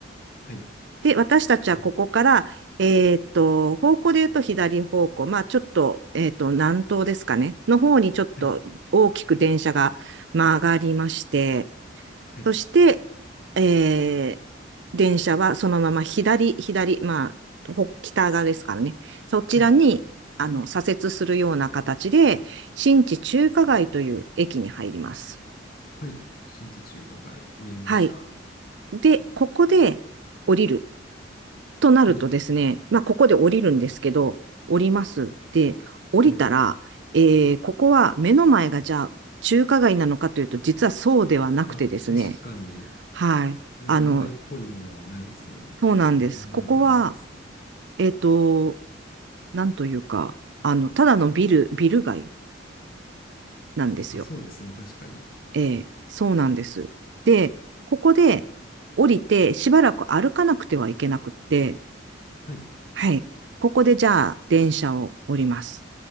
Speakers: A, on the left; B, on the right.
A: はい、
B: で、私たちはここから、
A: うん、
B: えっと、方向で言うと左方向、まあちょっと、えっと、南東ですかね、の方にちょっと大きく電車が曲がりまして、
A: はい、はい、
B: そして、えー電車はそのまま左、左、まあ、ほ北側ですからね。そちらに、
A: はい、
B: あの、左折するような形で、新地中華街という駅に入ります。
A: はい。新地中華街、見えました。
B: はい。で、ここで降りるとなるとですね、
A: はい、
B: まあ、ここで降りるんですけど、降ります。で、降りたら、
A: はい。
B: えーここは目の前がじゃあ中華街なのかというと、実はそうではなくてですね、
A: あ、確かに、
B: はい。
A: 中華街っぽいものはないですね。
B: あの、そうなんです。
A: 目の前にはないですね。
B: ここは、えっと、なんというか、あの、ただのビル、ビル街なんですよ。
A: あ、そうですね、確かに。
B: ええ、そうなんです。で、ここで降りて、しばらく歩かなくてはいけなくって、
A: はい、
B: はい。ここでじゃあ、電車を降ります。